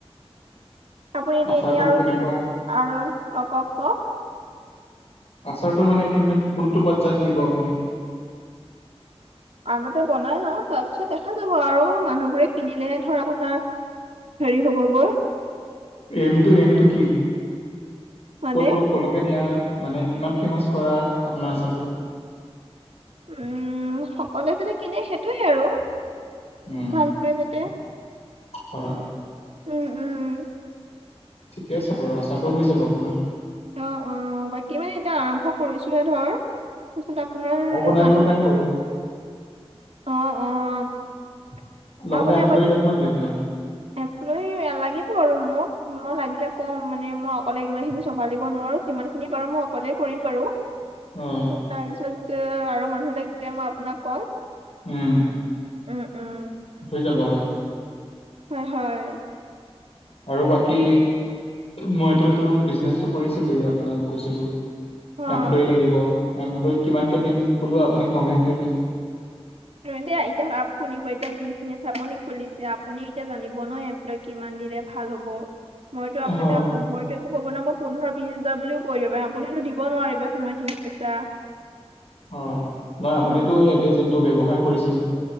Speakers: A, on the right; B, on the left.
A: আপুনি। এতিয়া,
B: আচাৰটো
A: এনেই আৰু
B: কেনেকুৱা
A: কি আৰু অ কওক কওক।
B: আছৰটো মানে কি? কোনটো পৰ্যায়ত নিব আপুনি।
A: আগতে বনাই ন তাৰপিছত দেখা যাব আৰু মানুহবোৰে কিনিলে ধৰ আপোনাৰ। হেৰি হ'ব গৈ।
B: এমটো, এমটো কি?
A: মানে
B: ক'ত ল ক'লৈকে নিয়াৰ মানে, কিমান ফেমাছ কৰা, আপোনাৰ আচাৰটো।
A: উম, সকলোৱে যাতে কিনে সেইটোয়ে আৰু,
B: উম
A: ভাল পাই যেতিয়া।
B: হয়।
A: উম, উম।
B: ঠিকে আছে বাৰু আচাৰটো, হৈ যাব আপোনাৰ।
A: অ অ', বাকী মানে এতিয়া আৰম্ভ কৰিছোহে ধৰ। তাৰপিছত আপোনাৰ
B: ময়ো বনাই
A: মানুহ।
B: দিব পাৰিম বাৰু
A: অ', অ'
B: লগতে
A: আপুনি
B: এমপ্লয়ী
A: আগত
B: লাগিব নেকি আপোনাৰ
A: এম। লৈ লাগিব আৰু মোক, মই লাগিলে ক'ম মানে মই অকলে কিমান খিনি চম্ভালিব নোৱাৰো যিমান। যি পাৰো মই অকলেই কৰিম বাৰু।
B: অ'।
A: তাৰ পিছত তে আৰু মানুহ লাগিলে মই আপোনাক কম।
B: উম,
A: উম, উম।
B: হৈ যাব হয়।
A: হয়, হয়।
B: আৰু বাকী মইতো এইটো বিজনেচটো, কৰিছিলোঁ এ'আপোনাক কৈছিলো।
A: অ',
B: এমপ্লয় লাগিব এমপ্লয়ক কিমানকে দিম কলো আপুনি খঙে কৰিলে।
A: এতিয়া শুনিব, এতিয়া বিজনেচ আপুনি খুলিছে আপুনি এতিয়া জানিব ন এমপ্লয়ীক কিমান দিলে ভাল হ'ব মইতো আপুতা
B: হয়
A: ক মইতো একো ক'ব ন মই পোন্ধৰ, বিশ, হাজাৰ বুলিও কৈ দিব পাৰিম আপুনিতো দিব নোৱাৰিব সিমান খিনি পইচা।
B: অ', নহয় আপুনিতো
A: উম,
B: এতিয়া যোনটো ব্যৱসায় কৰিছে।